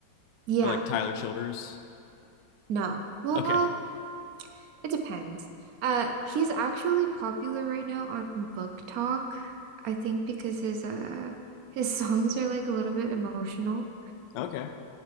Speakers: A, on the right (about 75°); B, on the left (about 75°).
A: yeah,
B: or like Tyler Childers?
A: no. Well,
B: Okay.
A: it depends. Uh, he's actually popular right now on Book Talk, I think because his uh his <laughs> songs are like a little bit emotional.
B: Okay.